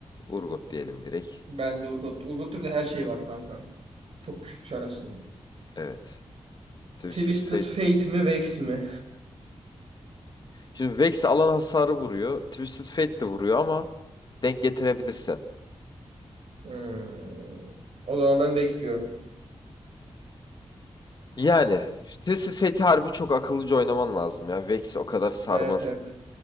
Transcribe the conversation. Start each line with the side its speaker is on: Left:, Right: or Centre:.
Left: Urgot diyelim direkt.
Right: Ben de Urgot. Urgot'ta bir de her şey var kanka. Çok güçlü çar aslında.
Left: Evet. Twisted
Right: Twisted
Left: Fate
Right: Fate
Left: mi?
Right: mi Vex mi?
Left: Şimdi Vex alan hasarı vuruyor. Twisted Fate de vuruyor ama denk getirebilirsen.
Right: Hmm, O zaman ben Vex diyorum.
Left: Yani Twisted Fate'i harbi çok akıllıca oynaman lazım ya. Vex o kadar sarmaz.
Right: Evet evet.